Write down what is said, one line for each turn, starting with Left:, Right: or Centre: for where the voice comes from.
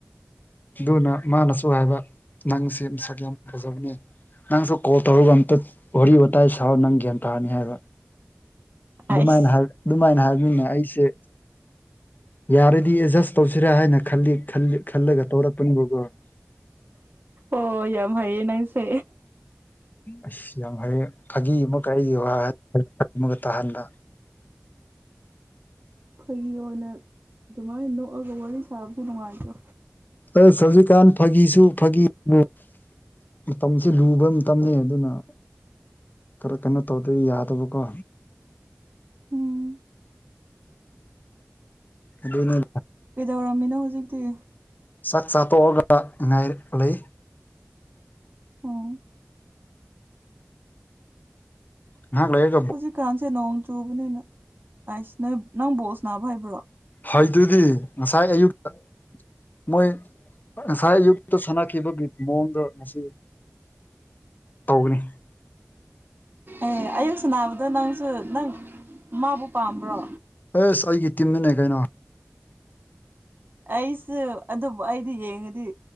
Left: ꯗꯨꯅ ꯃꯥꯅꯁꯨ ꯍꯥꯏꯕ ꯅꯪꯁꯦ ꯃꯁꯛ ꯌꯥꯝ ꯐꯖꯕꯅꯦ ꯅꯪꯁꯨ ꯀꯣꯜ ꯇꯧꯔꯒ ꯑꯝꯇ ꯋꯥꯔꯤ ꯋꯥꯇꯥꯏ ꯁꯥꯎ ꯅꯪ ꯒ꯭ꯌꯥꯟ ꯇꯥꯅꯤ ꯍꯥꯏꯕ
Right: ꯑꯥꯏꯁ
Left: ꯗꯨꯃꯥꯏꯅ ꯍꯥꯏ ꯑꯗꯨꯃꯥꯏꯅ ꯍꯥꯏꯕꯅꯤꯅ ꯑꯩꯁꯦ ꯌꯥꯔꯗꯤ ꯑꯦꯖꯁ ꯇꯧꯁꯤꯔꯥ ꯍꯥꯏꯅ ꯈꯜꯂꯤ ꯈꯜ ꯈꯜꯂꯒꯥ ꯇꯧꯔꯛꯄꯅꯦꯕꯀꯣ
Right: ꯑꯣ ꯌꯥꯝ ꯍꯩꯌꯦ ꯅꯪꯁꯦ
Left: ꯑꯁ ꯌꯥꯝ ꯍꯩꯌꯦ ꯐꯥꯒꯤ ꯑꯃꯨꯛꯀ ꯑꯩꯒꯤ ꯋꯥ ꯍꯩ <unintelligible> ꯑꯃꯨꯛꯀ ꯇꯥꯍꯟꯕ
Right: ꯐꯒꯤ ꯑꯣꯏꯅ ꯗꯨꯃꯥꯏꯅ ꯅꯣꯛꯑꯒ ꯋꯥꯔꯤ ꯁꯥꯕꯁꯦ ꯅꯨꯡꯉꯥꯏꯇ꯭ꯔꯣ
Left: ꯑꯁ ꯍꯧꯖꯤꯛꯀꯥꯟ ꯐꯥꯒꯤꯁꯨ ꯐꯥꯒꯤꯕꯨ ꯃꯇꯝꯁꯦ ꯂꯨꯕ ꯃꯇꯝꯅꯦ ꯑꯗꯨꯅ ꯈꯔ ꯀꯩꯅꯣ ꯇꯧꯗ ꯌꯥꯗꯕꯀꯣ
Right: ꯎꯝ
Left: ꯑꯗꯨꯅꯦꯅ
Right: ꯀꯩꯗꯧꯔꯝꯃꯤꯅꯣ ꯍꯧꯖꯤꯛꯇꯤ
Left: ꯆꯥꯛ ꯆꯥꯇꯣꯛꯑꯒ ꯉꯥꯏꯔ ꯂꯩ
Right: ꯑꯣ
Left: ꯉꯍꯛ ꯂꯩꯔ
Right: ꯍꯧꯖꯤꯛꯀꯥꯟꯁꯦ ꯅꯣꯡ ꯆꯨꯕꯅꯤꯅ ꯑꯥꯏꯁ ꯅꯣꯏ ꯅꯪ ꯕꯣꯜ ꯁꯅꯥꯕ ꯍꯩꯕ꯭ꯔꯣ
Left: ꯍꯩꯇ꯭ꯔꯗꯤ ꯉꯁꯥꯏ ꯑꯌꯨꯛꯇ ꯃꯣꯏ ꯉꯁꯥꯏ ꯑꯌꯨꯛꯇ ꯁꯥꯟꯅꯈꯤꯕ ꯕꯤꯠ ꯃꯋꯣꯡꯗꯣ ꯉꯁꯤ ꯇꯧꯒꯅꯤ
Right: ꯑꯦ ꯑꯌꯨꯛ ꯁꯟꯅꯕꯗꯣ ꯅꯪꯁꯨ ꯅꯪ ꯃꯥꯕꯨ ꯄꯥꯝꯕ꯭ꯔꯣ
Left: ꯑꯦꯁ ꯑꯩꯒꯤ ꯇꯤꯝꯅꯤꯅꯦ ꯀꯩꯅꯣ
Right: ꯑꯩꯁꯨ ꯑꯗꯨꯕꯨ ꯑꯩꯗꯤ ꯌꯦꯡꯉꯗꯤ